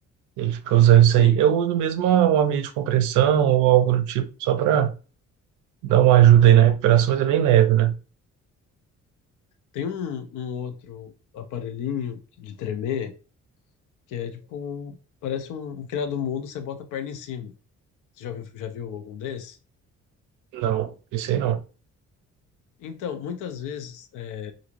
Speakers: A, on the right; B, on the left.
A: Ele fica usando isso
B: Sim.
A: aí. Eu uso mesmo uma, uma meia de compressão ou algo do tipo, só para dar uma ajuda aí na recuperação, mas é bem leve, né?
B: Tem um, um outro aparelhinho de tremer que é tipo. Parece um, um criado mudo, você bota a perna em cima. Você já viu, já viu algum desse?
A: Não, isso aí não.
B: Então, muitas vezes, é,